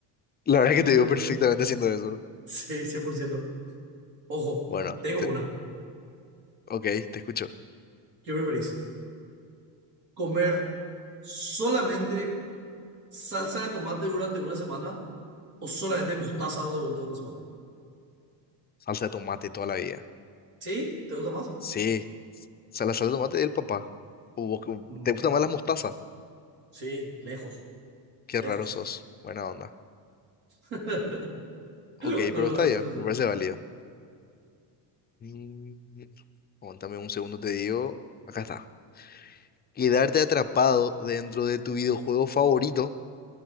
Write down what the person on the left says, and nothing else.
La verdad es
que te
veo perfectamente
haciendo eso.
Bueno,
te-
ok, te escucho.
Salsa de tomate toda la vida.
Sí, o sea, la salsa de tomate del papá. O vos que- uh,
¿Te gustan más las mostazas?
Qué
raro sos. Buena onda.
Ok,
pero está
bien,
me parece válido. Mm, Aguántame un segundo, te digo. Acá está. Quedarte atrapado dentro de tu videojuego favorito